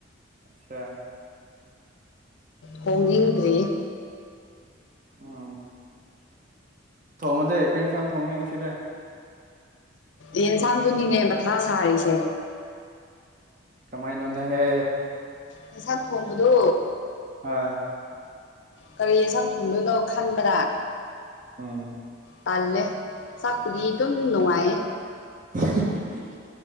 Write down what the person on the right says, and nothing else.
<unintelligible>
ꯎꯝ ꯊꯣꯡꯉꯗꯤ ꯀ꯭ꯔꯤ ꯏꯟꯁꯥꯡ ꯊꯣꯡꯅꯤ ꯉꯁꯤꯗꯤ
ꯀꯃꯥꯏꯅꯣꯅꯍꯦ
ꯑꯥ
ꯎꯝ
<unintelligible>